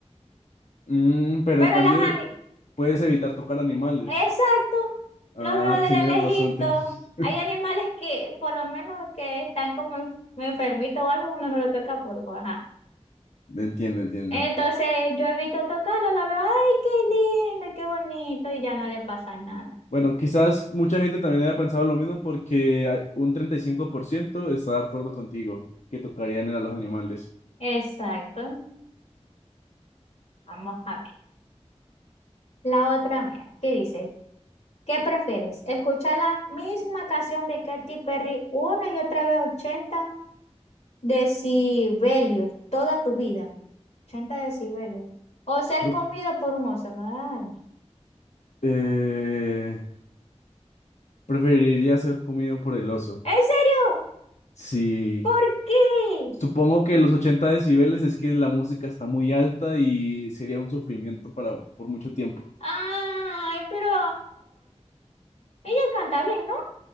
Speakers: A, on the left; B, on the left.
A: Mm, pero
B: Pero
A: en cambio,
B: las ani-
A: puedes evitar tocar animales.
B: exacto,
A: Ah,
B: los veo desde
A: tienes
B: lejito.
A: razón, tienes-
B: Hay animales que, por lo menos, que están como en- enfermitos o algo, uno no lo toca por baja
A: <laughs> Entiendo, entiendo.
B: Entonces yo evito tocarlo, la veo, ay, qué lindo, qué bonito, y ya no le pasa nada.
A: Bueno, quizás mucha gente también haya pensado lo mismo porque hay- un 35% está de acuerdo contigo, que tocarían a los animales.
B: Exacto. Vamos a ver. La otra, mía ¿qué dice? ¿Qué prefieres? ¿Escuchar la misma canción de Katy Perry una y otra vez 80 Decibelios, toda tu vida. ochenta decibelios. O ser
A: Creo-
B: comido por un oso. Ay.
A: eh, preferiría ser comido por el oso.
B: ¿En serio?
A: Sí.
B: ¿Por qué?
A: Supongo que los 80 decibeles es que la música está muy alta y sería un sufrimiento para por mucho tiempo.
B: Ay, pero ella canta bien, ¿no?